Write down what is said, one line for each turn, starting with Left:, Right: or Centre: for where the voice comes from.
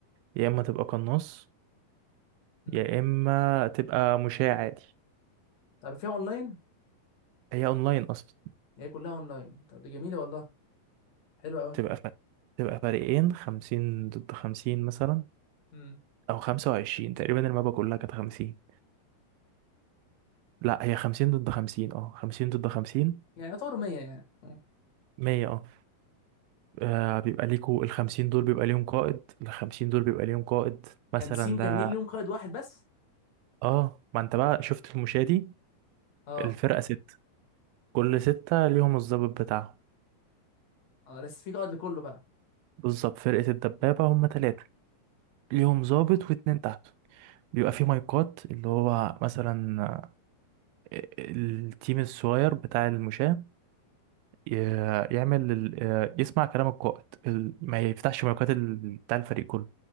Right: يا اما تبقى قناص
Left: امم
Right: يا اما تبقى مشاة عادي
Left: طب فيها اونلاين
Right: هي اونلاين اصلا
Left: هي كلها اونلاين طب دي جميله والله حلوه قوي
Right: تبقى فرق. تبقى فريقين خمسين ضد خمسين مثلا
Left: امم
Right: او خمسة وعشرين تقريبا المابا كلها كانت خمسين لا هي خمسين ضد خمسين اه خمسين ضد خمسين
Left: يعني يعتبر 100 يعني اه
Right: مية اه آه، بيبقى ليكوا الخمسين دول بيبقى ليهم قائد الخمسين دول بيبقى ليهم قائد مثلا
Left: 50 كاملين
Right: ده
Left: ليهم قائد واحد بس
Right: اه ما انت بقى شفت المشاة دي
Left: اه
Right: الفرقة ستة كل ستة ليهم الضابط بتاعهم
Left: اه لسه في قائد لكله بقى
Right: بالظبط فرقة الدبابة
Left: امم
Right: هم تلاتة ليهم
Left: امم
Right: ضابط واتنين تحته بيبقى فيه مايكات اللي هو مثلا آه، التيم الصغير بتاع المشاة ي- يعمل ال- آه، يسمع كلام القائد ال- ما يفتحش مايكات ال- بتاع الفريق كله